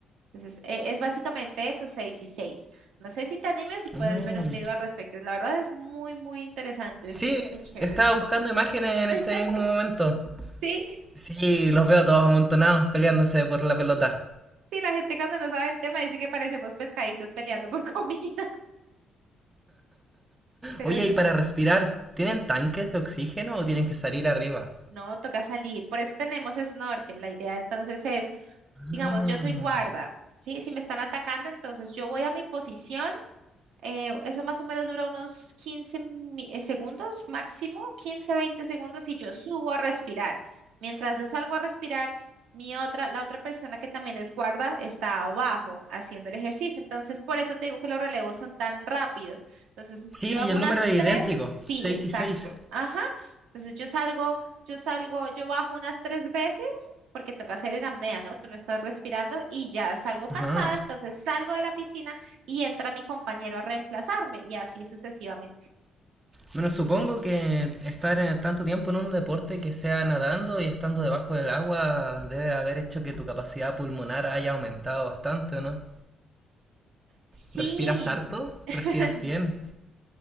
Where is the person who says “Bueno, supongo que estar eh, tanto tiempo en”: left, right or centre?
Right